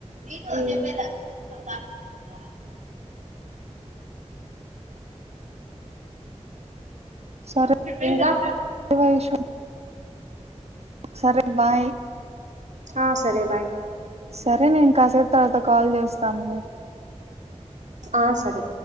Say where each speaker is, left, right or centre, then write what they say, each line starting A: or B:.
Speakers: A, on the right; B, on the right.
A: హ్మ్మ్
B: సరే
A: ఇంకా
B: వైషు సరే బాయ్
A: ఆ సరే బాయ్
B: సరే నేను కాసేపు తర్వాత కాల్ చేస్తాను
A: ఆ సరే